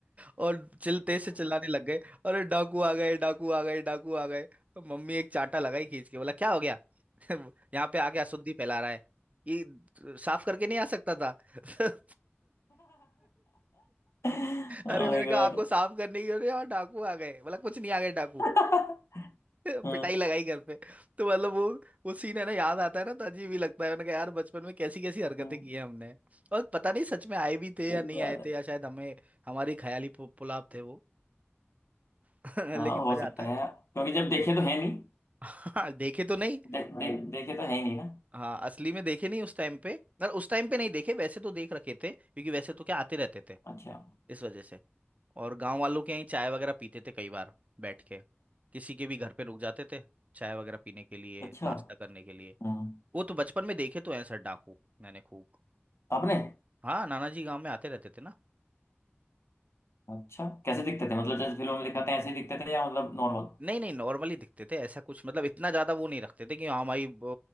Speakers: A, on the right (about 35°); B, on the left (about 80°).
A: और चिल तेज से चिल्लाने लग गए अरे डाकू आ गए डाकू आ गए डाकू आ गए तो मम्मी एक चांटा लगाई खींच के बोला क्या हो गया <laughs> यहाँ पे आके अशुद्धि फैला रहा है ये साफ करके नहीं आ सकता था <laughs>
B: My
A: अरे मैंने
B: God
A: कहा आपको साफ करने की अरे यार डाकू आ गए बोला कुछ नहीं आ गए डाकू
B: <laughs>
A: <laughs>
B: हम्म
A: पिटाई लगाई घर पे तो मतलब वो वो सीन है ना याद आता है ना तो अजीब ही लगता है मैंने कहा यार बचपन में कैसी कैसी हरकतें
B: हम्म।
A: की हैं हमने और पता नहीं सच में आए भी थे
B: सही
A: या नहीं
B: बात
A: आए
B: है
A: थे या शायद हमें हमारी ख्याली पु- पुलाव थे वो <laughs>
B: हाँ
A: लेकिन
B: हो
A: मजा
B: सकता
A: आता है
B: है क्योंकि जब देखे तो है नहीं
A: हाँ देखे तो नहीं
B: दे, दे, देखे तो है ही नहीं ना
A: हाँ असली में देखे नहीं उस टाइम पे ना उस टाइम पे नहीं देखे वैसे तो देख रखे थे क्योंकि वैसे तो क्या आते रहते थे
B: अच्छा
A: इस वजह से और गांव वालों के यहीं चाय वगैरह पीते थे कई बार बैठ के किसी के भी घर पे रुक जाते थे चाय वगैरह पीने के लिए
B: अच्छा
A: नाश्ता करने के लिए
B: हम्म
A: वो तो बचपन में देखे तो हैं सर डाकू मैंने खूब
B: आपने
A: हाँ नाना जी गांव में आते रहते थे ना
B: अच्छा कैसे दिखते थे मतलब जैसे फिल्मों में दिखाते हैं ऐसे ही दिखते थे या मतलब नॉर्मल
A: नहीं नहीं नॉर्मली दिखते थे ऐसा कुछ मतलब इतना ज्यादा वो नहीं रखते थे कि हाँ भाई वो